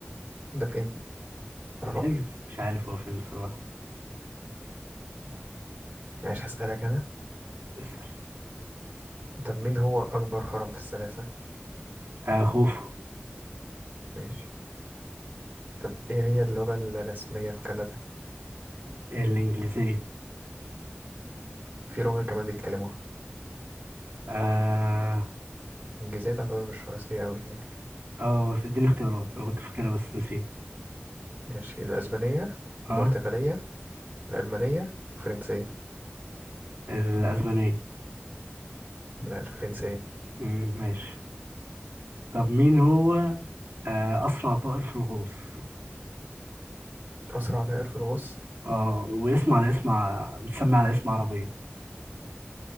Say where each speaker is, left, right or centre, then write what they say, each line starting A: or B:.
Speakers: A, on the right; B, on the right.
A: ده فين؟ متعرفش
B: اليانجتسي مش عارف هو فين بصراحة
A: ماشي هسألك أنا
B: اسال
A: طب مين هو أكبر هرم في الثلاثة؟
B: آه خوف
A: ماشي طب إيه هي اللغة الرسمية في كندا؟
B: الانجليزية
A: في لغة كمان بيتكلموها
B: آه
A: الإنجليزية تعتبر مش رئيسية أوي هناك
B: اه بس اديني اختيارات انا كنت فاكرها بس نسيت
A: ماشي الأسبانية
B: اه
A: البرتغالية الألمانية الفرنسية
B: الاسبانية
A: لا الفرنسية
B: امم ماشي طب مين هو آه اسرع طائر في الغوص
A: أسرع طائر في الغوص
B: اه واسمه على اسم ع- متسمى على اسم عربية